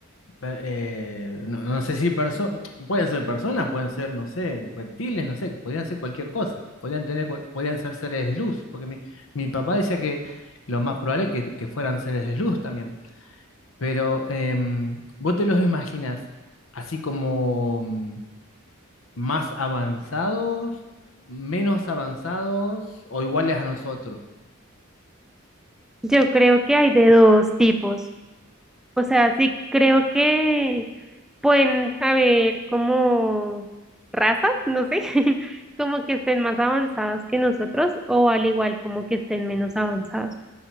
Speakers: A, on the left (about 70°); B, in the centre.
A: Pe- eh, no, no sé si perso- pueden ser personas, pueden ser, no sé, reptiles, no sé, que podrían ser cualquier cosa, podrían tener, cual- podrían ser seres de luz, porque mi, mi papá decía que lo más probable es que, que fueran seres de luz también, pero em, ¿vos te los imaginas así como mm, más avanzados, menos avanzados o iguales a nosotros?
B: Yo creo que hay de dos tipos. O sea, sí creo que pueden haber como razas, no sé, <laughs> como que estén más avanzados que nosotros o al igual como que estén menos avanzados.